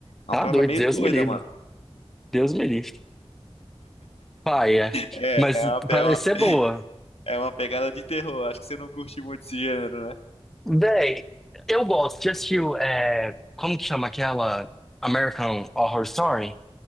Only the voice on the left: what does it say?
Uma
parada
meio
doida,
mano.
É,
é uma,
é uma,
é uma pegada de terror. Acho que você não curte muito esse gênero, né?